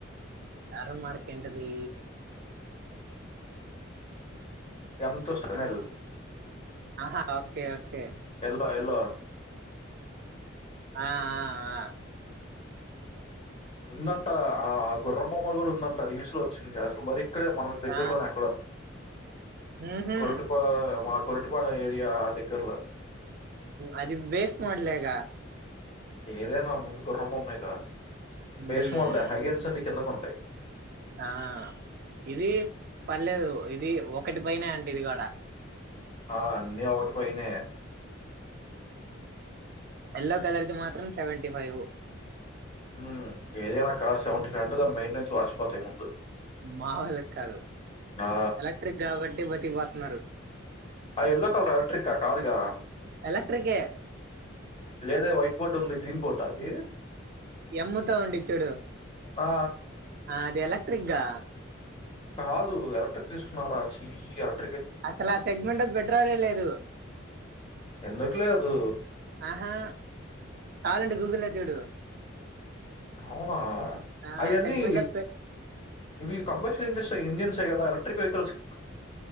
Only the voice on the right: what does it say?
యారో మార్క్ ఏంటది
ఆహా ఓకే ఓకే
ఆ ఆ ఆ
ఆ
ఉహు
అది వేస్ మడలేగా
ఉమ్
ఆ ఇది పర్లేదు ఇది ఒకటి పైనే అంట ఇది కూడా
ఎల్లో కలర్ ది మాత్రమే మ్ సెవెంటిఫైవ్
మా వాళ్ళ కాదు
ఎలక్ట్రిక్ కాబట్టి బతికి న్నారు
ఎలక్ట్రికే
ఎమ్ తో ఉండి చూడు
ఆ ఎలక్ట్రిక్ ఆ
అసలు ఆ సెగ్మెంట్ లో పెట్రోల్ ఏ లేదు
ఆహా కావాలంటే గూగుల్ లో చూడు
ఆ
సెగ్మెంట్ లో